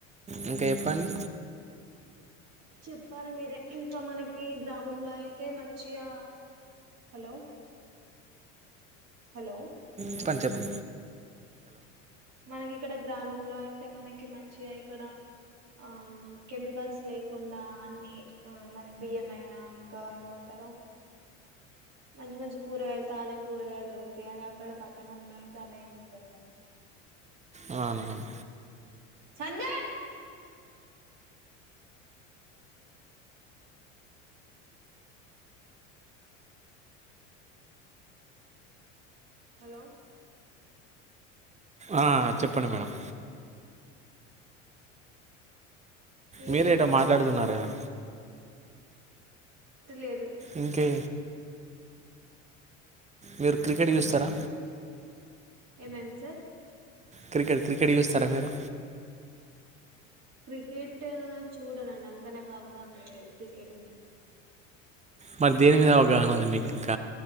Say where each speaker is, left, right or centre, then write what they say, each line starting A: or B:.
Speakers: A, on the right; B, on the right.
A: ఇంక చెప్పండి
B: చెప్పాలి మీరే ఇంకా మనకి గ్రామంలో అయితే మంచిగా హలో హలో
A: చెప్పం చెప్పు
B: మనకి ఇక్కడ గ్రామంలో అయితే మనకి మంచిగా ఇక్కడ ఆ కెమికల్స్ లేకుండా అన్ని ఆ మనకి బియ్యమైన ఇంకా ఏమంటా తరు మంచి మంచి కూరగాయలు తాజా కూరగాయలు దొరుకుతాయి అదే అక్కడ పట్టణంలో అయితే అలా ఏమి ఉండదు కదా
A: అవునవ్
B: సందీప్ హలో
A: ఆ చెప్పండి మేడం
B: మీరే
A: మీరు
B: చెప్పాలి
A: ఏటో మాట్లాడుతున్నారు
B: ఇంకా ఇగ
A: కదా
B: లేదు
A: ఇంకే మీరు క్రికెట్ చూస్తారా
B: ఏమైంది సార్
A: క్రికెట్ క్రికెట్ చూస్తారా మీరు
B: క్రికెట్ చూడనండి అంత నాకు అవగాహన లేదు క్రికెట్ మీన
A: మరి దేని మీద అవగాహన ఉంది మీకు ఇంక